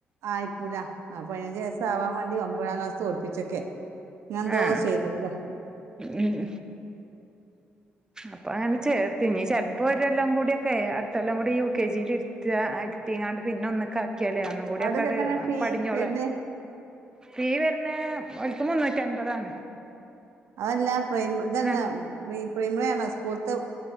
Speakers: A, on the right (about 70°); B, on the right (about 15°).
A: ആയിക്കൂട പതിനഞ്ച് വയസ്സ് ആവാൻ വേണ്ടി ഒമ്പതാം ക്ലാസ് തോൽപ്പിച്ചൊക്കെ ഞാൻന്തോവാ
B: ആഹ്
A: ചെയ്തക്കാ
B: ഉം അപ്പൊ അങ്ങനെ ചേർത്ത്നി ചിലപ്പോൾ ഒരെല്ലാം കൂടിയൊക്കെ അടുത്തെല്ലാം കൂടി യു കെ ജി യിൽ ഇരുത്തി ഇരുത്തിങ്ങാണ്ട് പിന്നെ ഒന്നൊക്കെ ആക്കിയല്ലേ ഒന്നും കൂടി
A: അവിടൊക്കെ
B: ഒക്കെ
A: എങ്ങനെ ഫീ
B: പടിഞ്ഞോളെ
A: വരുന്നേ
B: തീ പിന്നെ ഒക്ക് മുന്നൂറ്റി അൻപതാണ്
A: അതല്ല പ്രൈമ ഇതന്നെ
B: ആഹ്
A: പ്രീ പ്രൈമറിയാണ് സ്കൂളത്ത്